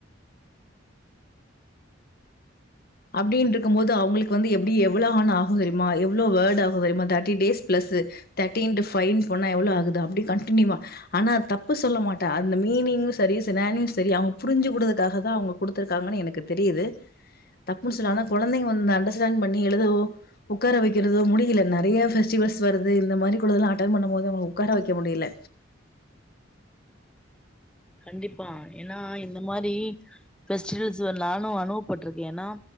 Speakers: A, on the left; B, in the centre.
A: அப்டின்ருக்கும் போது அவங்களுக்கு வந்து எப்டி எவ்வளோ ஹான் ஆஹு தெரியுமா எவ்வளோ வேர்ட் ஆகு தெரியுமா தேட்டி டேஸ் பிளஸ் தேட்டி இண்டு ஃபைன் போனா எவ்ளோ ஆகுது அப்டி கன்ட்னியூவா ஆனா தப்பு சொல்ல மாட்டே அந்த மீனிங்கு சரி சினானியம்ஸ் சரி அவங்க புரிஞ்சு குடுத்தக்காக தா அவங்க குடுத்துருக்காங்கன்னு எனக்கு தெரியுது தப்புன் சொல்லல ஆனா கொழந்தைங்க வந்து அண்டர்ஸ்டாண்ட் பண்ணி எழுதவு உக்கார வெக்கிறதோ முடியல நெறைய ஃபெஸ்டிவல்ஸ் வருது இந்த மாரிக்குள்ளதெல்லா அட்டண்ட் பண்ணும் போது அவங்கள உக்கார வெக்க முடியல
B: கண்டிப்பா ஏனா இந்த மாரி ஃபெஸ்டிவல்ஸ்ல நானு அனுபவபட்ருக்கே ஏனா